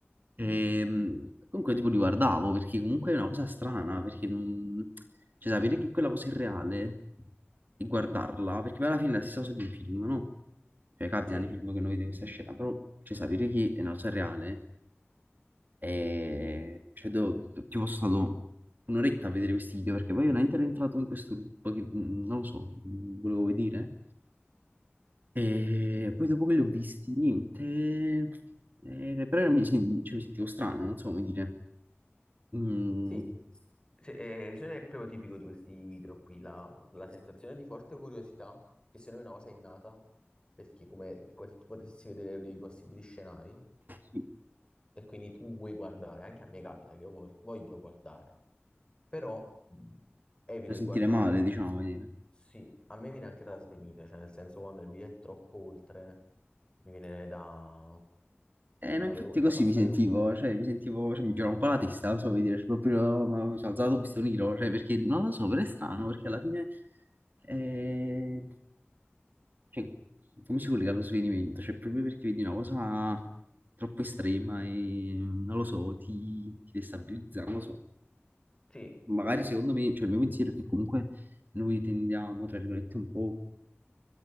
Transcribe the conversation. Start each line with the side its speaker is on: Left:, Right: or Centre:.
Right: Ehm, comunque tipo li guardavo perché comunque è una cosa strana, perché non... cioè, sapere che quella cosa è reale e guardarla, perché poi alla fine è la stessa cosa di un film, no? Cioè capita
Left: sì.
Right: nei film che noi vediamo questa scena, però cioè, sapere che è una cosa reale. E cioè, do- do- tipo, sono stato un'oretta a vedere questi video perché poi io veramente ero entrato in questo loop che mm, non lo so, mm, volevo vedere. E poi dopo che li ho visti, niente, eh, però era- mi, sen- cioè, mi sentivo strano, non so come dire, Mm,
Left: Sì, se, eh, se non è proprio tipico di questi video qui, la, la sensazione di forte curiosità, che secondo me è una cosa innata, perché come, è come se tu potessi vedere dei possibili scenari
Right: sì,
Left: e quindi tu vuoi guardare, anche a me capita che io vor- voglio guardare, però mh, evito
Right: da
Left: di
Right: sentire
Left: guardare,
Right: male,
Left: perché
Right: diciamo, come dire.
Left: sì, a me viene anche da svenire, cioè nel senso quando il video è troppo oltre, mi viene da
Right: Eh,
Left: andare,
Right: no, infatti
Left: o- da
Right: così
Left: passare
Right: mi sentivo,
Left: oltre.
Right: cioè mi sentivo, cioè mi girava un po' la testa, non so come dire, cioè, proprio no, ma mi sono alzato un pistone nero, cioè perché non lo so, però è strano, perché alla fine, eh, cioè, come si collega allo svenimento? Cioè proprio perché vedi una cosa troppo estrema e non lo so, ti, ti destabilizza, non lo so.
Left: Sì,
Right: Magari secondo me, cioè il mio pensiero è che comunque noi tendiamo, tra virgolette, un po'